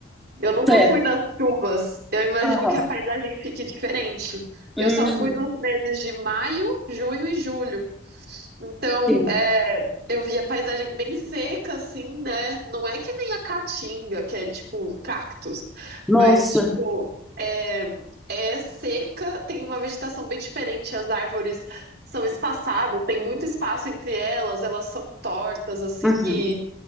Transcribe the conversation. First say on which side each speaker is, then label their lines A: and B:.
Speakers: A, on the right; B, in the centre.
A: Eu nunca
B: Certo.
A: fui nas chuvas. Eu imagino
B: Aham.
A: que a paisagem fique diferente.
B: Hum,
A: Eu só fui nos meses de maio, junho e julho. Então,
B: sim.
A: é, eu vi a paisagem bem seca, assim, né? Não é que nem a caatinga, que é tipo cactos,
B: Nossa.
A: mas tipo, é, é seca, tem uma vegetação bem diferente, as árvores são espaçadas, tem muito espaço entre elas, elas são tortas, assim,
B: Uhum.
A: e